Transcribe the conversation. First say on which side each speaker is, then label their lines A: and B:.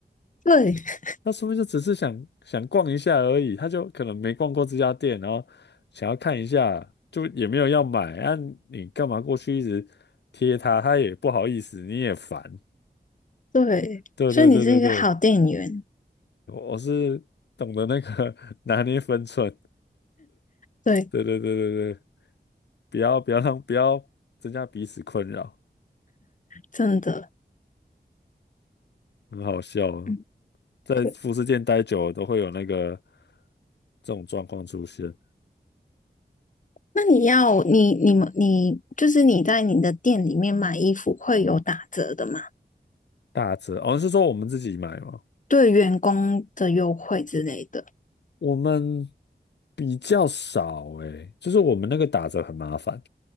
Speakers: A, on the left; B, on the left.
A: 对。
B: 那说明就只是想想逛一下而已，他就可能没逛过这家店，然后想要看一下，就也没有要买啊，你干嘛过去一直贴他，他也不好意思，你也烦。
A: 对，
B: 对对对对对，
A: 所以你是一个好店员，
B: 我我是懂得那个 <laughs> 拿捏分寸，
A: 对，
B: 对对对对对，不要不要让不要增加彼此困扰，
A: 真的。
B: 很好笑啊，
A: 嗯，
B: 在服饰店待久了都会有那个
A: 对，
B: 这种状况出现，
A: 那你要你你们你就是你在你的店里面买衣服会有打折的吗？
B: 打折哦，是说我们自己买吗？
A: 对员工的优惠之类的。
B: 我们比较少诶，就是我们那个打折很麻烦，